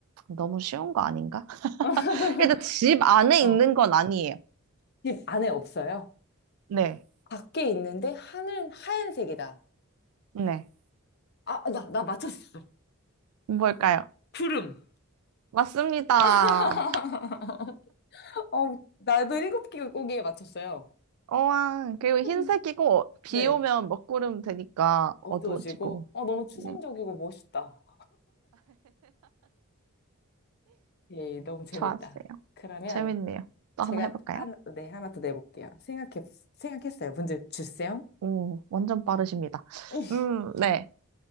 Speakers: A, on the right; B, on the left.
A: 너무 쉬운 거 아닌가? <laughs>
B: <laughs>
A: 일단 집 안에
B: 어.
A: 있는 건 아니에요.
B: 집 안에 없어요?
A: 네.
B: 밖에 있는데 하늘 하얀색이다.
A: 네.
B: 아, 나, 나 맞췄어.
A: 뭘까요?
B: 구름.
A: 맞습니다.
B: <laughs> 어, 나도 일곱 개국에 맞췄어요.
A: 우와, 그리고 흰색이고,
B: <laughs>
A: 비
B: 네.
A: 오면 먹구름 되니까
B: 어두워지고,
A: 어두워지고.
B: 어, 너무 추상적이고
A: 네,
B: 멋있다. 예, 너무 재밌다.
A: 좋았어요.
B: 그러면
A: 재밌네요. 또
B: 제가
A: 하나 해볼까요?
B: 하나, 네, 하나 더 내볼게요. 생각해, 생각했어요. 문제 주세요.
A: 오, 완전 빠르십니다.
B: <laughs>
A: 음, 네.